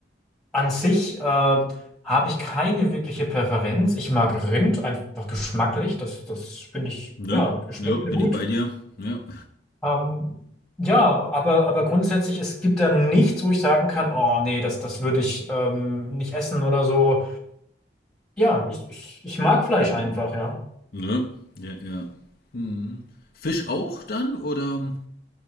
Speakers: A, in the centre; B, on the left.
A: an sich äh, habe ich keine wirkliche Präferenz. Ich mag Rind einfach geschmacklich. Das, das finde ich,
B: ne,
A: ja, schmeckt
B: ja,
A: mir
B: bin
A: gut.
B: ich bei dir, ja,
A: Ähm, ja, aber, aber grundsätzlich, es gibt da nichts, wo ich sagen kann, oh nee, das, das würde ich ähm, nicht essen oder so. Ja, ich, ich, ich mag Fleisch
B: Mhm.
A: einfach, ja.
B: ne, ja, ja. Mhm. Fisch auch dann oder?